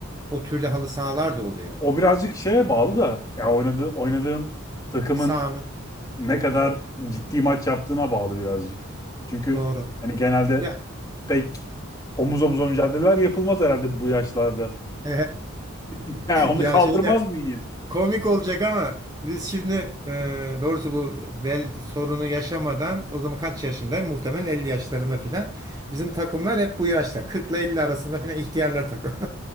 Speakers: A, on the right; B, on the left.
A: o türde halı sahalar da oluyor.
B: O birazcık şeye bağlı da ya oynadığı oynadığın takımın
A: Sahanın
B: ne kadar ciddi maç yaptığına bağlı birazcık. Çünkü
A: doğru.
B: hani genelde
A: Ya
B: pek omuz omuza mücadeleler yapılmaz herhalde bu yaşlarda.
A: <laughs>
B: <laughs> Ya onu
A: ya
B: kaldırmaz
A: şeyde
B: bünye.
A: Komik olacak ama biz şimdi e, doğrusu bu bel sorunu yaşamadan o zaman kaç yaşında? Muhtemelen 50 yaşlarında filan. Bizim takımlar hep bu yaşta. kırk ile 50 arasında filan ihtiyarlar takım. <laughs>